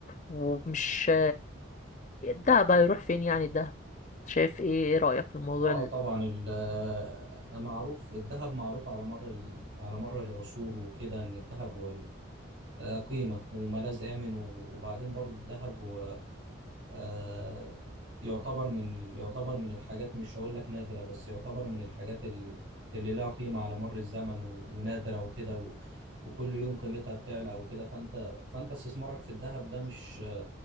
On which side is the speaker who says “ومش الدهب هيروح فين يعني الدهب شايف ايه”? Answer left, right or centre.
Left